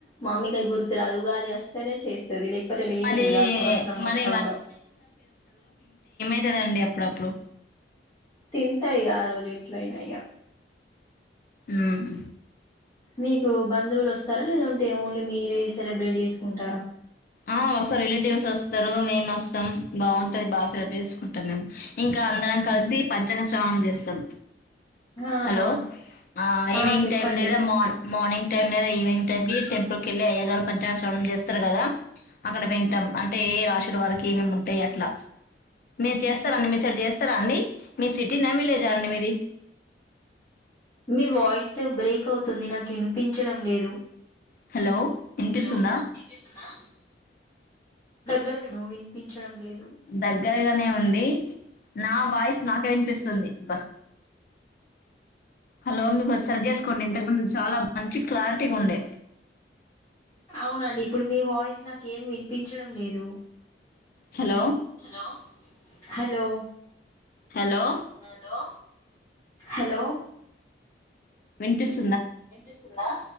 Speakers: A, on the left; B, on the left.
A: మమ్మీకె గుర్తు రాదు ఉగాది వస్తేనే చేస్తాది. లేకపోతే లేని
B: మరి
A: లేదు ఆ సంవత్సరం మొత్తంలో.
B: మరి తింటదండి, అప్పుడప్పుడూ.
A: తింటా ఇగా ఆ రోజు ఎట్లైన ఇగ.
B: మ్మ్మ్
A: మీకు బంధువులు వస్తారా? లేదంటే ఓన్లీ మీరే సెలబ్రేట్ చేసుకుంటారా?
B: ఆహ్ వస్తారు రిలేటివ్స్ వస్తరు మేం వస్తం బావుంటంది బా సెలబ్రేట్ చేస్కుంటాం మేము. ఇంకా అందరం కల్సి పచ్చగా తాం జేస్సాం
A: ఆహా
B: హలో ఆహ్ ఈవినింగ్
A: ఆ చెప్పండి
B: టైం లేదా మా మార్నింగ్ టైం లేదా ఈవినింగ్ టైం కి టెంపుల్ కేళ్ళి అయ్యగారు పంచాంగశ్రవణం జేస్తారు గదా. అక్కడ వింటాం అంటే ఏ ఏ రాసులు వారికి ఏమేమ్ ముంటాయ్ అట్ల మీరు చేస్తారా అండి మీ సర్ జేస్తారా అండి మీ సిటీనా విలేజా అండి మీది.
A: మీ వాయి స్ బ్రేక్ అవుతుంది నాకు ఇనిపిం చ్చడం లేదు
B: హలో ఇనిపిస్తుందా
A: హలో వినిపిస్తుందా దగ్గర విను వినిపించడం లేదు
B: దగ్గరగానే ఉంది నా వాయిస్ నాకే వినిపిస్తుంది అబ్బ హలో మీ గొంతు సరి చేసుకోండి ఇంతకు ముందు చాలా మంచి క్లారిటీగ ఉండే.
A: అవునండి ఇప్పుడు మీ వాయిస్ నాక్ ఏం విన్ పించడం లేదు
B: hello
A: hello. Hello
B: hello
A: hello hello
B: వినిపిస్
A: వినిపిస్తుందా